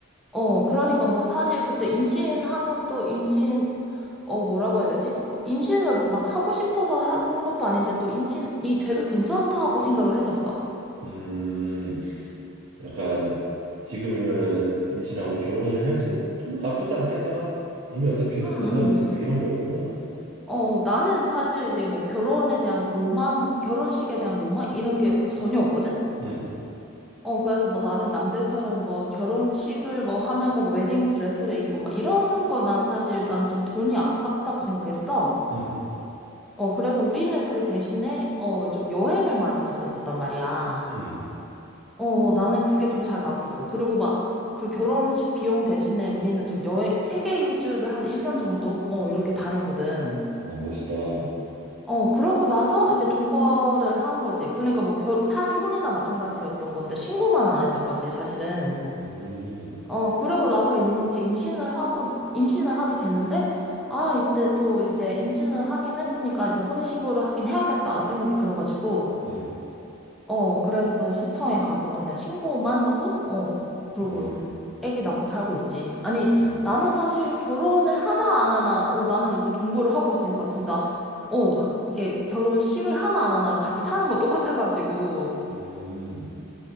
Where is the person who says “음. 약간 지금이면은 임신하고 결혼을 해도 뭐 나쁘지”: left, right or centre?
Right